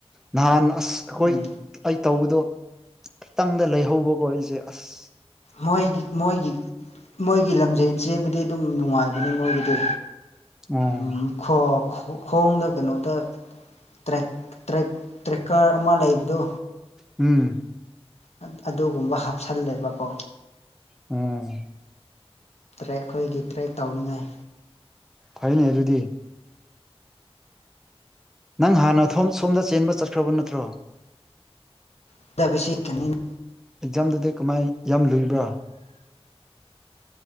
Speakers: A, in the centre; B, on the left.
A: ꯅꯍꯥꯟ ꯑꯁ ꯑꯈꯣꯏ
B: ꯎꯝ
A: ꯑꯩ ꯇꯧꯕꯗꯣ ꯈꯤꯇꯪꯗ ꯂꯩꯍꯧꯕꯀꯣ ꯑꯩꯖꯦ ꯑꯁ
B: ꯍꯣꯏ ꯃꯣꯏꯒꯤ ꯃꯣꯏꯒꯤ ꯂꯝꯖꯦꯟ ꯆꯦꯟꯕꯗꯗꯤ ꯑꯗꯨꯝ ꯅꯨꯡꯉꯥꯏꯕꯅꯦ ꯃꯣꯏꯒꯤꯗꯤ
A: ꯑꯣ
B: ꯎꯝ ꯈꯣ ꯈꯣꯡꯗ ꯀꯩꯅꯣꯗ ꯇ꯭ꯔꯦꯛ ꯇ꯭ꯔꯦꯛ ꯇ꯭ꯔꯦꯛꯀ꯭ꯔ ꯑꯃ ꯂꯩꯕꯗꯣ
A: ꯎꯝ
B: ꯑꯥ ꯑꯗꯨꯒꯨꯝꯕ ꯍꯥꯞꯁꯜꯂꯦꯕꯀꯣ
A: ꯎꯝ
B: ꯇ꯭ꯔꯦꯛ ꯈꯣꯏꯒꯤ ꯇ꯭ꯔꯦꯛ ꯇꯧꯅꯤꯡꯉꯥꯏ
A: ꯐꯩꯅꯦ ꯑꯗꯨꯨꯗꯤ ꯅꯪ ꯍꯥꯟꯅ ꯊꯣꯝ ꯁꯣꯝꯗ ꯆꯦꯟꯕ ꯆꯠꯈ꯭ꯔꯕ ꯅꯠꯇ꯭ꯔꯣ
B: <unintelligible>
A: ꯑꯦꯛꯖꯥꯝꯗꯨꯗꯤ ꯀꯃꯥꯏ ꯌꯥꯝ ꯂꯨꯏꯕ꯭ꯔꯥ